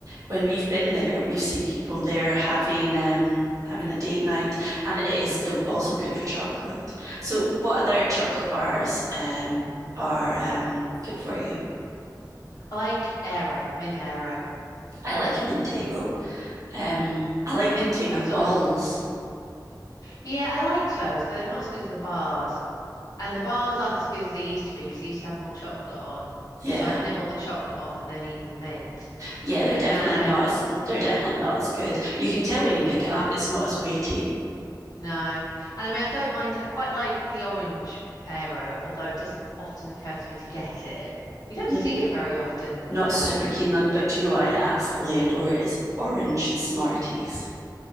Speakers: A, on the right (about 45°); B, on the left (about 55°).
A: when we've been there, we've seen people there having um having a date night, and it is still also good for chocolate. So what other chocolate bars um are um good for you?
B: I like Aero, Mint Aero.
A: I like Mintero. Um, I like Mintero
B: That was
A: balls.
B: always, yeah, I liked those, but they're not as good as the bars. And the bars aren't as good as they used to be because they used to have more chocolate on.
A: Yeah,
B: So I'd nibble the chocolate off and then eat the mint.
A: yeah, they're
B: And
A: definitely
B: now
A: not as they're definitely not as good. You can tell when you pick it up; it's not as weighty.
B: No. And I mean, I don't mind. I quite like the orange aero, although it doesn't often occur to me to get it. You don't
A: N-
B: see it very often.
A: not
B: No.
A: super keen them, but do you know what I absolutely adore is orange Smarties.